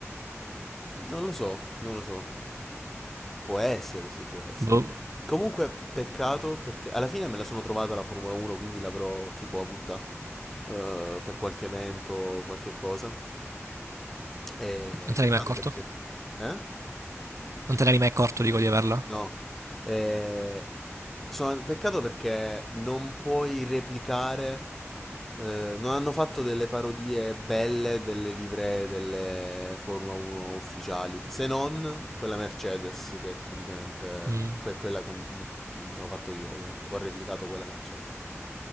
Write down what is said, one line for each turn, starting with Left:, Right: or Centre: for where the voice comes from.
Centre: non lo so, non lo so. Può essere, sì, può essere.
Right: Boh.
Centre: Comunque, peccato perché alla fine me la sono trovata la Formula 1, quindi l'avrò tipo avuta eh, per qualche evento, qualche cosa. E
Right: Non te
Centre: peccato
Right: ne eri mai accorto?
Centre: perché. Eh?
Right: Non te ne eri mai accorto, dico, di averla?
Centre: No, eh, sono peccato perché non puoi replicare, eh, non hanno fatto delle parodie belle delle livree delle Formula 1 ufficiali, se non quella Mercedes, che è praticamente
Right: Mm.
Centre: que- quella che mi, mi sono fatto io, praticamente. Ho replicato quella Mercedes.